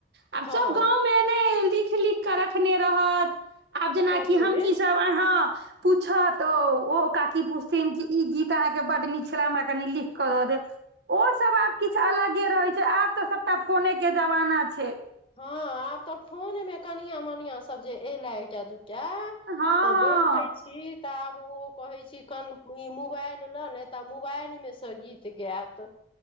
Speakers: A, on the right (about 65°); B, on the left (about 30°).
A: आब
B: हँ
A: सब गाँव मे ने लिख लिख केँ रखने रहत आब जेनाकि
B: कॉपी
A: हमी
B: मे
A: सब अहा पूछत ओ ओ काकी पुछथिन कि ई गीत अहाँके बड नीक छला हमरा कनि लिख क दऽ देब ओसभ आब किछु अलगे रहैत छै आब तऽ सभटा फोने के जमाना छै
B: हँ आब तऽ फोनमे कनिआ मनिआ सब जे एलै एहिटा टा
A: हँ हँ
B: तऽ देखै छी तऽ आब ओ कहैत छी कन ई मोबाइल लऽ लेत मोबाइलमे सँ गीत गायत